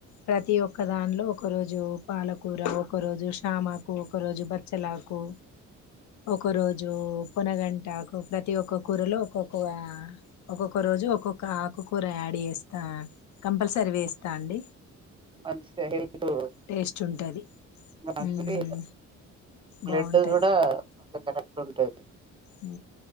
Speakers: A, on the left (about 70°); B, on the right (about 15°).
A: ప్రతి ఒక్క దానిలో ఒకరోజు పాలకూర ఒకరోజు శ్యామకు ఒకరోజు బచ్చలాకు ఒకరోజు పొనగంట ఆకు ప్రతి ఒక్క కూరలో ఒక్కొక్క ఒక్కొక్క రోజు ఒక్కొక్క ఆకుకూర యాడ్ చేస్తా కంపల్సరీ వేస్తా అండి
B: మంచిదే హెల్త్
A: టేస్ట్ ఉంటది
B: మంచిది
A: మ్మ్
B: బ్లడ్
A: బాగుంటది
B: కూడా కరెక్ట్ ఉంటది
A: ఉ